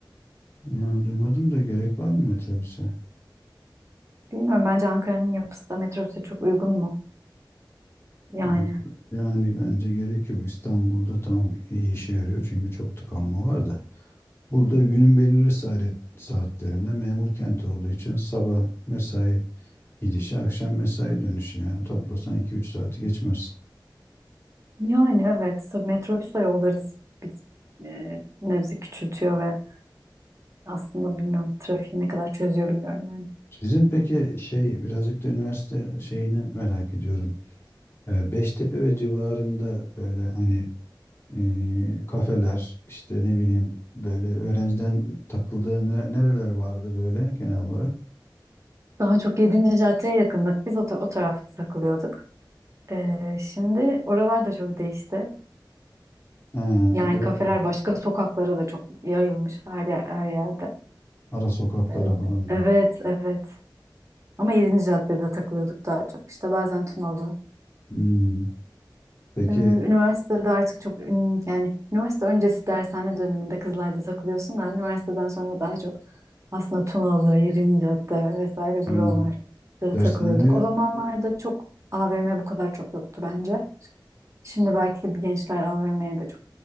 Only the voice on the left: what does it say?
Yani duymadım da gerek var mı metrobüse?
Ya, yani bence gerek yok. İstanbul'da tamam iyi işe yarıyor çünkü çok tıkanma var da. Burada günün belirli saadet, saatlerinde memur kenti olduğu için sabah mesai gidişi, akşam mesai dönüşü yani toplasan iki üç saati geçmez.
Sizin peki şey birazcık da üniversite şeyini merak ediyorum. Ee, Beştepe ve civarında böyle hani e, kafeler işte ne bileyim böyle öğrenciden takıldığı ne- nereler vardı böyle genel olarak?
Ha,
oraya,
ara sokaklara
falan.
Hmm, Peki
hani,
dershaneye